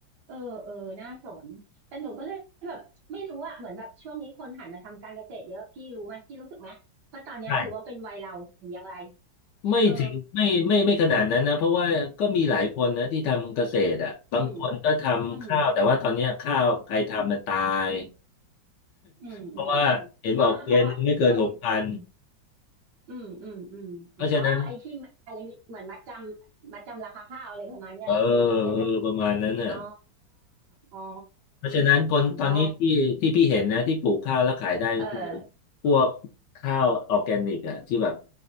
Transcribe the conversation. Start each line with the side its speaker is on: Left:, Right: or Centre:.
Right: เออเออน่าสนแต่หนูก็เลยแบบไม่รู้อะเหมือนแบบช่วงนี้คนหันมาทำการเกษตรเยอะพี่รู้ไหมพี่รู้สึกไหมว่าตอนเนี้ยหรือว่าเป็นวัยเราหรืออย่างไร
Left: ใช่ไม่ถึงไม่ไม่ไม่ขนาดนั้นนะเพราะว่าก็มีหลายคนนะที่ทำเกษตรอ่ะบางคนก็ทำข้าวแต่ว่าตอนเนี้ยข้าวใครทำมันตาย
Right: เอออืมอืมอืมอืมอืมเพราะเพราะคนอืม
Left: เพราะว่าเห็นบอกเกวียนหนึ่งไม่เกินหกพัน
Right: อืมอืมอืมอืมอ๋อไอ้ที่อะไรเหมือนมัดจำมัดจำราคาข้าวอะไรประมาณเนี้ยเหรอพี่ใช่ไหม
Left: เพราะฉะนั้นเออเออประมาณนั้นน่ะ
Right: อ๋ออ๋ออ๋อ
Left: เพราะฉะนั้นคนตอนนี้ที่ที่พี่เห็นนะที่ปลูกข้าวแล้วขายได้ก็คือ
Right: อ๋อเออ
Left: พวกข้าวออร์แกนิกอะที่แบบ